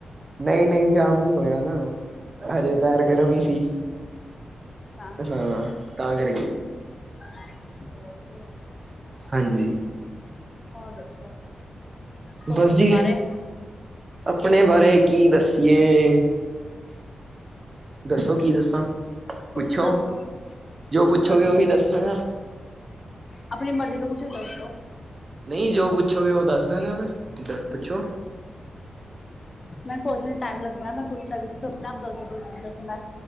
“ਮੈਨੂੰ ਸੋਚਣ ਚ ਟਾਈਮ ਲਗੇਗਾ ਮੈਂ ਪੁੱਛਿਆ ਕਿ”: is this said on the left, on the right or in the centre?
Left